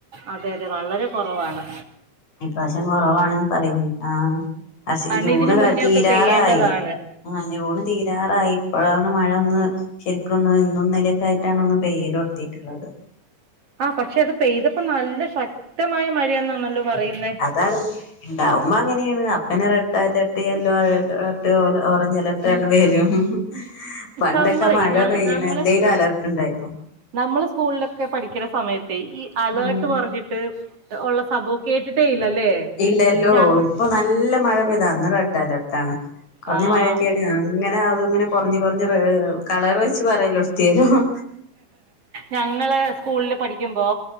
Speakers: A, on the right; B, on the left.
A: അതെ അതെ വളരെ കൊറവാണ്
B: ഇപ്രാശ്യം കൊറവാണ്ന്ന് പറയുന്ന് ആഹ് <unintelligible>
A: കാരണം
B: ജൂണ്
A: ഇതിന് മുന്നേ
B: തീരാറായി.
A: ഒക്കെ പെയ്യേണ്ടതാണ്
B: ആഹ് ജൂണ് തീരാറായി ഇപ്പോഴാണ് മഴൊന്ന് ശെരിക്കൊന്ന് ഇന്നും ഇന്നലൊക്കെയായിട്ടാണ് ഒന്ന് പെയ്യല്തൊടത്തീട്ട്ള്ളത്.
A: ആഹ് പക്ഷെ അത് പെയ്തപ്പോ നല്ല ശക്തമായ മഴയന്നാണല്ലോ പറയുന്നേ.
B: താണ് ഇണ്ടാവുമ്പ അങ്ങനേണ് അപ്പനെ red alert yellow alert orange alert <unintelligible> വരും. പണ്ടൊക്കെ
A: നമ്മളെ
B: മഴ
A: ഞാ
B: പെയ്യണ്
A: നമ്മളെ
B: എന്തേലും അലർട്ട് ഇണ്ടായിന്നോ.
A: നമ്മള് സ്കൂളിലൊക്കെ പഠിക്കണ സമയത്തേ ഈ അലേർട്ട്
B: ഉം
A: പറഞ്ഞിട്ട് ഒള്ള സംഭവം കേട്ടിട്ടേ ഇല്ലല്ലേ?
B: ഇല്ലല്ലോ
A: ഞാൻ
B: ഇപ്പോ നല്ല മഴ പെയ്താ അന്ന് റെഡ് അലർട്ടാണ്. കൊറഞ്ഞ
A: ആഹ്
B: മഴയൊക്കേണ് അങ്ങനെ അത് ഇങ്ങനെ കൊറഞ്ഞ് കൊറഞ്ഞ് കളർ വെച്ച് പറയല് തൊടത്തേലോഹ്
A: ഞങ്ങള് സ്കൂളില് ‌പഠിക്കുമ്പോ